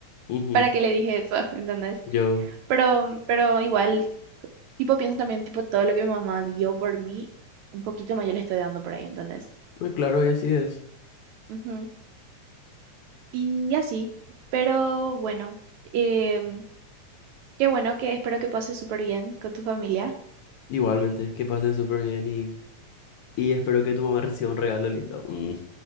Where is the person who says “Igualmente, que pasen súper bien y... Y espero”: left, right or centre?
Left